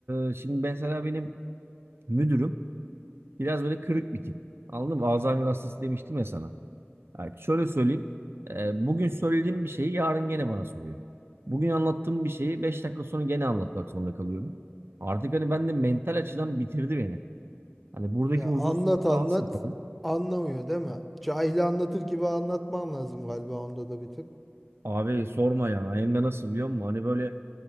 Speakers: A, on the right; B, in the centre.
A: Ee, şimdi mesela benim müdürüm biraz böyle kırık bir tip. Anladın mı? Alzheimer hastası demiştim ya sana. Yani şöyle söyleyeyim. Ee, bugün söylediğim bir şeyi yarın gene bana soruyor. Bugün anlattığım bir şeyi 5 dakika sonra gene anlatmak zorunda kalıyorum. Artık hani ben de mental açıdan bitirdi beni. Hani buradaki
B: ya
A: huzursuzluk
B: anlat anlat
A: da had safhada.
B: anlamıyor değil mi? Cahili anlatır gibi anlatman lazım galiba onda da bir tık.
A: Abi sorma ya. Hem de nasıl biliyor musun? Hani böyle